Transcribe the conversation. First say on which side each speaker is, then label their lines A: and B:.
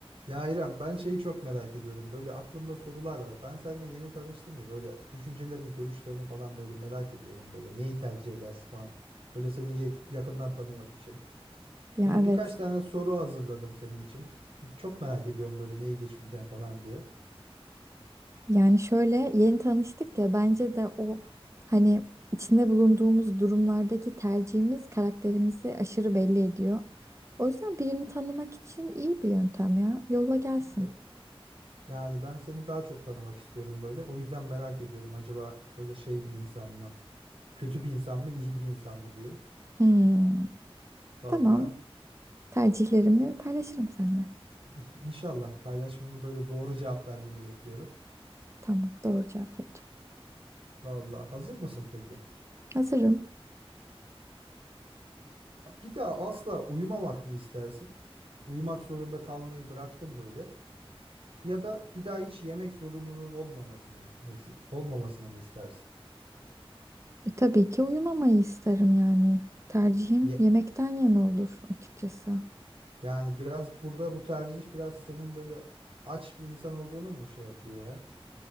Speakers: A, on the right; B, on the right.
A: Ya İrem ben şeyi çok merak ediyorum. Böyle aklımda sorular var. Ben seninle yeni tanıştım ya böyle düşüncelerini, görüşlerini falan böyle merak ediyorum. Böyle neyi tercih edersin falan. Böyle seni ye- yakından tanımak için.
B: Ya
A: Böyle
B: evet.
A: birkaç tane soru hazırladım senin için. Çok merak ediyorum böyle neyi düşüneceksin falan diye.
B: Yani şöyle yeni tanıştık ya bence de o hani içinde bulunduğumuz durumlardaki tercihimiz karakterimizi aşırı belli ediyor. O yüzden birini tanımak için iyi bir yöntem ya. Yolla gelsin.
A: Ya- Yani ben seni daha çok tanımak istiyorum böyle. O yüzden merak ediyorum acaba böyle şey bir insan mı? Kötü bir insan mı, iyi bir insan mı diye.
B: Hmm.
A: Valla
B: Tamam. Tercihlerimi paylaşırım seninle.
A: <laughs> inşallah paylaşmanı böyle doğru cevap vermeni bekliyorum.
B: Tamam. Doğru cevap vereceğim.
A: Vallahi hazır mısın peki?
B: Hazırım.
A: Bir daha asla uyumamak mı istersin? Uyumak zorunda kalmayı bıraktın böyle. Ya da bir daha hiç yemek zorunluluğun olmamasını olmamasını mı istersin?
B: E, tabii ki uyumamayı isterim yani. Tercihim
A: Ye,
B: yemekten yana olur açıkçası.
A: yani biraz burada bu tercih biraz senin böyle aç bir insan olduğunu mu şey yapıyor ya?